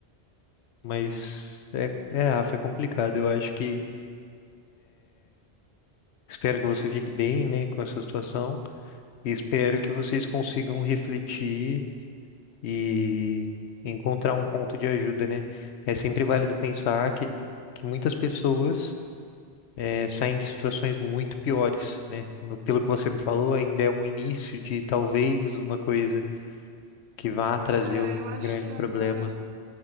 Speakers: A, on the left; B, on the right.
A: Mas
B: é.
A: é, é, Rafa, é complicado. Eu acho que espero que você fique bem, né, com essa situação e espero que vocês consigam refletir e encontrar um ponto de ajuda, né? É sempre válido pensar que, que muitas pessoas eh, saem de situações muito piores, né? No- pelo que você me falou, ainda é um início de talvez uma coisa que vá trazer
B: É,
A: um
B: eu acho
A: grande
B: que agora.
A: problema.